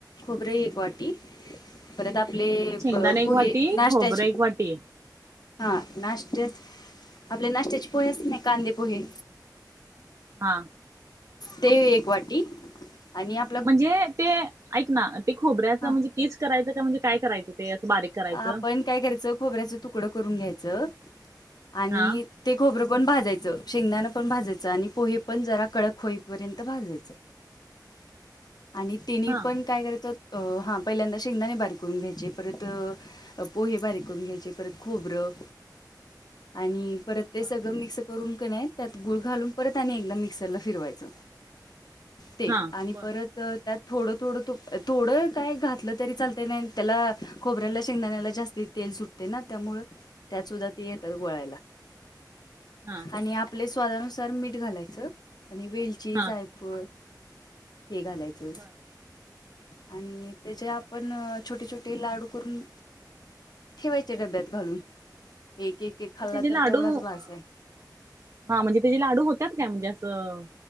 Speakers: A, on the left; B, on the right.
A: खोबर एक वाटी परत आपले
B: शेंगदाणे
A: प पोहे
B: एक वाटी
A: नाश्त्याचे
B: खोबरं एक वाटी
A: हा नाष्टाच आपल्या नाष्ट्याचे पोहे असतात ना कांदे पोहे
B: हा
A: ते एक वाटी आणि आप
B: म्हणजे ते ऐक ना ते खोबऱ्याचं
A: हां
B: म्हणजे किस करायचं का म्हणजे काय करायचं ते असं बारीक करायचं.
A: आपण काय करायचं खोबऱ्याच तुकडं करून घ्यायचं आणि
B: हा
A: ते खोबरं पण भाजायचं शेंगदाण पण भाजायचं आणि पोहे पण जरा कडक होईपर्यंत भाजायचं. <unintelligible> आणि तीनी
B: हा
A: पण काय करायचं अ हा पहिल्यांदा शेंगदाणे बारीक करून घ्यायचे परत अ पोहे बारीक करून घ्यायचे परत खोबरं आणि परत ते
B: बर
A: सगंळ मिक्स करून कणय त्यात गुळ घालून परत आणि एकदा मिक्सरला फिरवायच. ते
B: हा
A: आणि
B: बर
A: परत अ त्यात थोडं थोडं तूप थोडं काय घातलं तरी चालत नाय त्याला खोबऱ्याला शेंगदाण्याला जास्ती तेल सुटते ना त्यामुळ त्यात सुद्धा ते येतात गोळायला.
B: हा
A: आणि आपले स्वादानुसार मीठ घालायचं आणि वेलची
B: हा
A: जायफळ हे घालायचं.
B: बर
A: आणि त्याचे आपण अ छोटे छोटे लाडू करून ठेवायचे डब्यात घालून एक एक एक खाल्ला
B: मग त्याचे
A: तर
B: लाडू
A: तेवढाच
B: अ
A: भास आहे
B: हा म्हणजे त्याचे लाडू होत्यात काय म्हणजे असं